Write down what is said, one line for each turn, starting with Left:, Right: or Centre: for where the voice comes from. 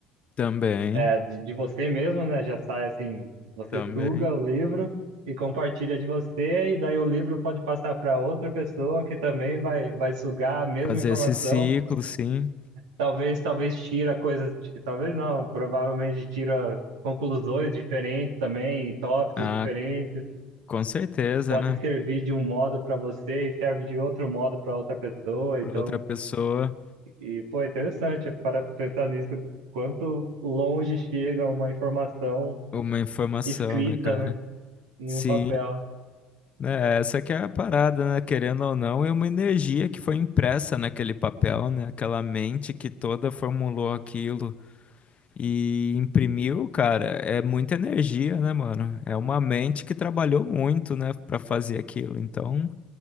Left: Também,
Right: é, de, de você mesmo, né, já sai assim, você
Left: também.
Right: suga o livro e compartilha de você, e daí o livro pode passar para outra pessoa que também vai, vai sugar a mesma
Left: Fazer
Right: informação,
Left: esse ciclo, sim.
Right: talvez, talvez tira coisas, talvez não, provavelmente tira conclusões diferentes também, tópicos
Left: Ah,
Right: diferentes,
Left: com certeza,
Right: pode
Left: né?
Right: servir de um modo para você e serve de outro modo para outra pessoa, então
Left: Pra outra pessoa,
Right: E, pô, é interessante parar para pensar nisso, quanto longe chega uma informação
Left: uma informação,
Right: escrita,
Left: né, cara?
Right: né, em
Left: Sim.
Right: um papel.
Left: né, essa que é a parada, né? Querendo ou não, é uma energia que foi impressa naquele papel, né? Aquela mente que toda formulou aquilo e imprimiu, cara, é muita energia, né, mano? É uma mente que trabalhou muito, né, Pra fazer aquilo. Então,